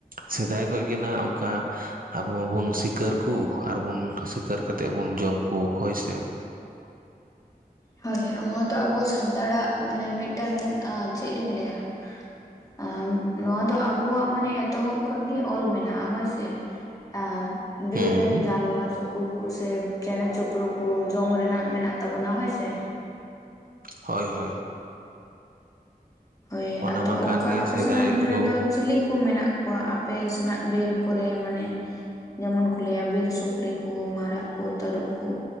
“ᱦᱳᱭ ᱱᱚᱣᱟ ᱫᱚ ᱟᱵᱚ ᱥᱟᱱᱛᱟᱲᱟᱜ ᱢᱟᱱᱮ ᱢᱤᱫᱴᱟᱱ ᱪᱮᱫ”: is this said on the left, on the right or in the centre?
Left